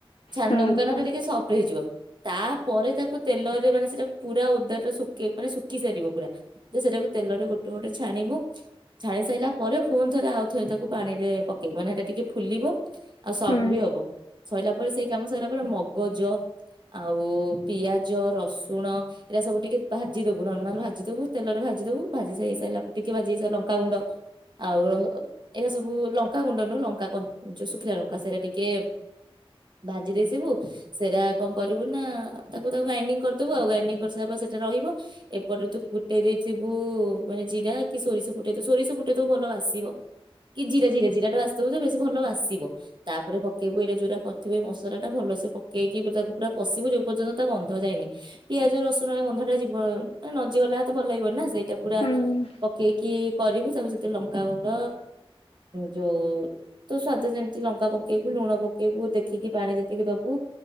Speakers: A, on the right (about 50°); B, on the left (about 70°).
A: ଛାଣି
B: ହୁଁ
A: ନବୁ କାହିଁ ନା
B: ହୁଁ
A: ସେଟା ଟିକେ ସଫ୍ଟ ହେଇଯିବ ତାପରେ ତା କୁ ତେଲରେ ମାନେ ସେଟା ପୁରା ଓଦାଟା ଶୁକି ମାନେ ଶୁକି ସାରିବ ପୁରା ଯେ ସେଟାକୁ ତେଲରେ ଗୋଟେ ଗୋଟେ ଛାଣିବୁ। ଛାଣି ସାଇଲା ପରେ ଫୁଣି ଥରେ ଆଉ ଥେରେ ତାକୁ ପାଣିରେ ପକେଇବୁ ମାନେ ହେଟା ଟିକେ ଫୁଲିବ। ଆଉ ସଫ୍ଟ
B: ହୁଁ
A: ବି ହବ ସଇଲା ପରେ ସେଇ କାମ ସଇଲା ପରେ ମଗଜ ଆଉ- ପିଆଜ ରସୁଣ ଏଇଟା ସବୁ ଟିକେ ଭାଜି ଦବୁ, ନର୍ମାଲ ଭାଜି ଦବୁ, ତେଲରେ ଭାଜି ଦବୁ। ଭାଜି ସାଇ ସାରିଲା ପରେ ଟିକେ ଭାଜିହେଇ ସାରିଲା ଲଙ୍କାଗୁଣ୍ଡ ଆଉ <unintelligible> ଏଇଟା ସବୁ ଲଙ୍କା ଗୁଣ୍ଡନୁ, ଲଙ୍କା କ, ଯୋଉ ଶୁଖିଲା ଲଙ୍କା ସେଇଟା ଟିକେ ଭାଜି ଦେଇସିବୁ, ସେଟା କଣ କରିବୁ ନା ତାକୁ, ତାକୁ ଗ୍ରାଇଣ୍ଡିଙ୍ଗ୍ କରିଦଵୁ ଆଉ ଗ୍ରାଇଣ୍ଡିଙ୍ଗ୍ କରିସାରା ପରେ ସେଟା ରହିବ। ଏପଟରେ ତୁ ଫୁଟେଇ ଦେଇଥିବୁ, ମାନେ ଜିରା କି ସୋରିଷ ଫୁଟେଇବୁ, ସୋରିଷ ଫୁଟେଇ ଦବୁ, ଭଲ ବାସିବ। କି ଜିରା, ଜିରା, ଜିରାଟା ଆସିିଥିବ ଯେ ବେଶୀ ଭଲ ବାସିବ। ତାପରେ ପକେଇବୁ, ଏଇଟା ଯୋଉଟା କରିଥିବ, ଏ ମସଲା ଟା ଭଲ ସେ ପକେଇକି ତାକୁ ପୁରା କଶିବୁ, ଯୋଉ ପର୍ଯ୍ୟନ୍ତ ତା ଗନ୍ଧ ଯାଇନି, ପିଆଜ, ରସୁଣ ଏ ଗନ୍ଧ ଟା ଯିବ, ନଯି ଗଲା ତ ଭଲ ଲାଗିବନି ନା, ସେଇଟା ପୁରା
B: ହୁଁ
A: ପକେଇକି କରିବୁ, ତାପରେ ସେଥିରେ ଲଙ୍କାଗୁଣ୍ଡ ଯୋଉ ତୁ ସ୍ଵାଦ ଯେମିତି ଲଙ୍କା ପକେଇବୁ, ଲୁଣ ପକେଇବୁ, ଦେଖିକି ପାଣି ଯେତିକି ଦବୁ।